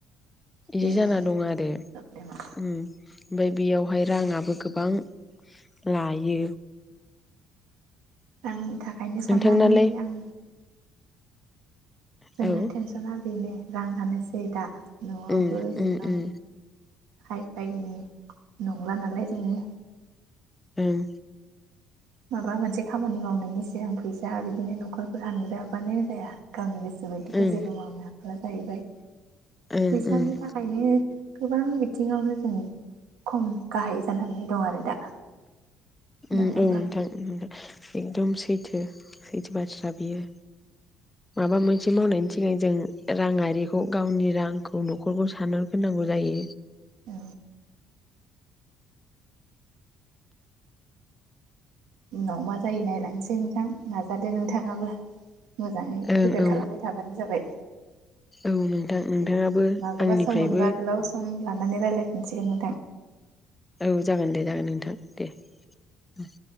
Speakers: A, on the left; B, on the right.
A: बिदि
B: बेनो
A: जाना दं आरो उम
B: प्रब्लेमा
A: ओमफाय बेयावहाय राङाबो गोबां लायो।
B: जां थाखायनो साननानै
A: नोंथांनालाय
B: आङो जोंना
A: औ
B: टेनसना बेनो राङानोसै दा। न'आवबो
A: उम
B: एसेबां
A: उम उम
B: हायफायनि नंला नालाय जोङो।
A: उम
B: माबा मोनसे खामानि मावनायनि सि गां फैसा बिदिनो न'खर सानग्रोआबानो जाया गावनि गोसो बायदिथ'
A: ओं
B: जेबो मावनो हाख्ला जाहैबाय।
A: ओं
B: फैसानि
A: ओं
B: थाखायनो गोबां बिथिङावनो जों खम गाहाय जानानै दं आरो दा।
A: उम
B: नङाब्ला
A: औ नोंथां। एकदम सैथो सैथो बाथ्रा बियो माबा मोनसे मावनायनि सिगां जों राङारिखौ गावनि रांखौ न'खरखौ सानगोरनांगौ जायो।
B: औ। उनाव मा जायो नायलांसै नोंथां नाजादो नोंथांआबो। मोजाङै
A: ओं
B: प्रिपेयार
A: औ
B: खालामबाय थाबानो जाबाय
A: औ नोंथां नोंथाङाबो
B: माब्लाबा
A: आंनिफ्रायबो
B: सम मोनबा गोलाव सम लानानै रायलाय मिथिगोन नोंथां।
A: औ जागोन दे जागोन नोंथां दे। उम।